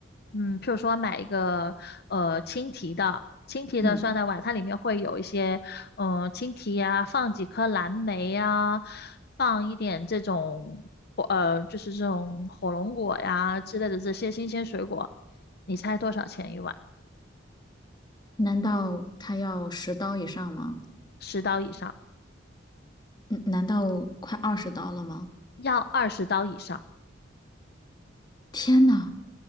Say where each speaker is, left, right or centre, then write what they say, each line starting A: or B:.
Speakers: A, on the left (about 55°); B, on the left (about 25°).
A: 嗯，譬如说买一个呃青提的，青提的酸奶碗，
B: 嗯，
A: 它里面会有一些嗯、呃青提呀、放几颗蓝莓呀、放一点这种火呃就是这种火龙果呀之类的这些新鲜水果。你猜多少钱一碗？
B: 难道它要十刀以上吗？
A: 十刀以上，
B: 嗯，难道快二十刀了吗？
A: 要二十刀以上。
B: 天呐，